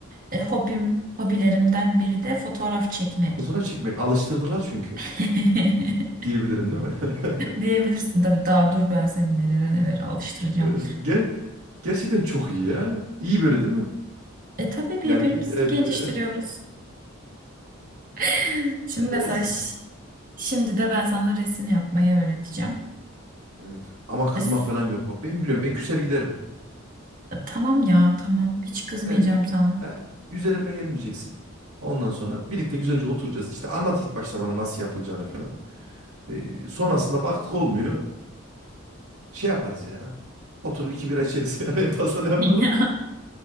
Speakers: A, on the right; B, on the right.
A: E, hobim, hobilerimden biri de fotoğraf çekmek.
B: Fotoğraf çekmek alıştırdılar çünkü
A: <laughs>
B: diyebilirim değil mi? <laughs>
A: Diyebilirsin tabii daha dur ben seni nelere nelere alıştıracağım.
B: Ee, ger- gerçekten çok iyi ya. İyi böyle değil mi?
A: E tabii birbirimizi
B: Yani e,
A: geliştiriyoruz.
B: b-
A: <laughs> Şimdi
B: <laughs> olsun.
A: mesaj Şimdi de ben sana resim yapmayı öğreteceğim.
B: Evet. Ama kızmak
A: Es-
B: falan yok. Bak ben biliyorum. Ben küser giderim.
A: Tamam ya, tamam. Hiç kızmayacağım
B: E, ü-
A: sana.
B: e, üzerime gelmeyeceksin. Ondan sonra birlikte güzelce oturacağız. İşte anlat ilk başta bana nasıl yapılacağını falan. E, sonrasında baktık olmuyor. Şey yaparız ya. Oturur iki bira içeriz <laughs> yani en fazla
A: <laughs>
B: ne yapalım?
A: Ya